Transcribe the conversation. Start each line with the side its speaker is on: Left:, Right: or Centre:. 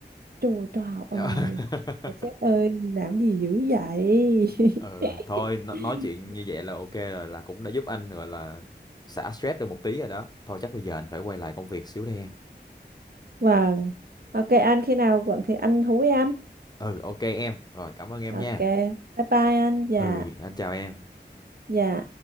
Right: trời trời ơi
Left: <laughs>
Right: mà sếp ơi làm gì dữ vậy
Left: ừ
Right: <laughs>
Left: thôi nó- nói chuyện như vậy là ok rồi là cũng đã giúp anh gọi là xả stress được một tí rồi đó thôi chắc bây giờ anh phải quay lại công việc xíu đây em
Right: vâng ok anh khi nào quận thì anh hú em
Left: ừ ok em rồi cảm ơn em nha
Right: ok bye bye anh dạ
Left: ừ anh chào em
Right: dạ